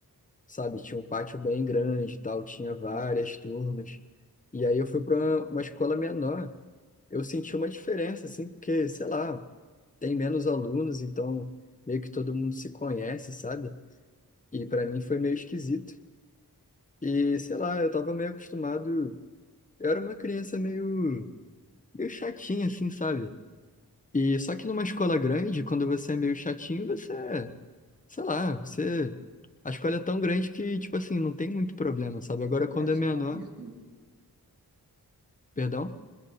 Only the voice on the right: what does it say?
vez.
É só
mais um.